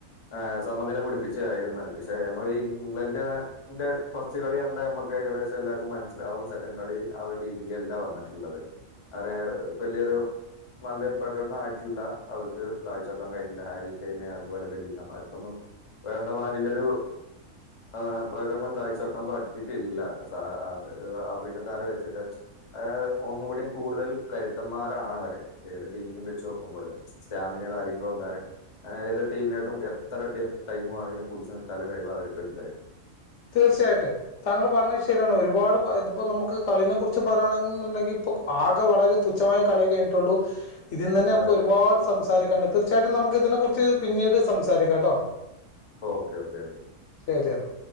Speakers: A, on the left (about 30°); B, on the left (about 65°).
A: ആ, സമനില പിടിപ്പിച്ചതായിരുന്നത് പക്ഷെ, നമ്മളെ ഈ ഇംഗ്ലണ്ട് ന്റെ, ഫസ്റ്റ് കളികണ്ട നമ്മക്ക് ഏകദേശം, എല്ലാവർക്കും മനസിലാവും സെക്കൻഡ് കളി ആ, ഒരു രീതിയിലല്ല വന്നിട്ടുള്ളത്, അവര് വലിയൊരു <unintelligible> പ്രകടന ആയിട്ടില്ല അവർക്ക് കാഴ്ചവെക്കാൻ കഴിഞ്ഞില്ല ഹാരിക്കയ്നെ അതുപോലെ വെല്ലിങ്ങമാല് ഇവർക്കൊന്നും. വേണ്ടമാരിലൊരു ആ പ്രകടനം കാഴ്ച വെക്കാൻ പറ്റിയിട്ടില്ല സ അ ആഫ്രിക്കക്കാരെ വെ വച്ചിട്ട് ആ ഒന്ന് കൂടി കൂടുതൽ കരുത്തന്മാരാണ് അവര് ഏത് ടീമിനും വെച്ച് നോക്കുമ്പോള്. സ്റ്റാമിന, കാര്യങ്ങളൊന്നു ഒന്നേറ ഏത് ടീമിന്നേറ്റും, എത്ര ടീം ടൈം ആണെങ്കിലും പിടിച്ച് നിൽക്കാല കഴിവ് അവര്ക്ക്ണ്ട്.
B: തീർച്ചയായിട്ടും താങ്കൾ പറഞ്ഞത് ശരിയാണ് ഒരുപാട് <unintelligible> ഇപ്പോൾ നമുക്ക് കളിനെക്കുറിച്ച് പറയാണെന്നുണ്ടെങ്കിൽ ഇപ്പോൾ ആകെ വളരെ തുച്ഛമായ കളിയെ കഴിഞ്ഞിട്ടുള്ളു. ഇതിന്നെന്നേ നമുക്ക്
A: അതെ അതെ.
B: ഒരുപാട് സംസാരിക്കാണ്ട്, തീർച്ചയായിട്ടും നമുക്ക് ഇതിനെ കുറിച്ച് പിന്നീട് സംസാരിക്കാം കേട്ടോ.
A: Okay okay okay
B: ശരിയന്ന